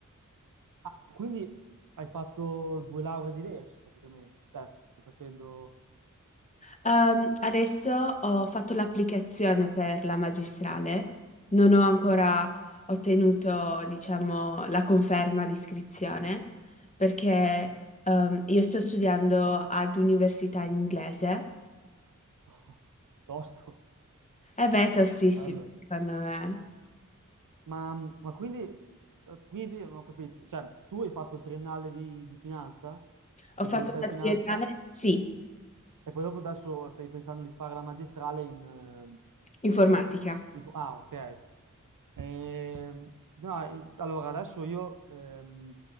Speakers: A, on the right; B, on the left.
A: Ah, quindi hai fatto due lauree diverse praticamente, cioè stai facendo
B: Ehm, adesso ho fatto l'applicazione per la magistrale, non ho ancora ottenuto, diciamo, la conferma di iscrizione perché ehm, io sto studiando ad università in inglese.
A: <laughs> tosto.
B: E beh, è tostissimo,
A: Allora,
B: secondo me.
A: ma, mm, ma quindi, eh, quindi io non ho capito, cioè tu hai fatto il triennale di, di finanza, contabilità
B: Ho fatto una
A: e finanza,
B: triennale, sì,
A: e poi dopo adesso stai pensando di fare la magistrale in, ehm,
B: informatica.
A: Info- Ah, ok. Ehm, no, e- allora adesso io ehm,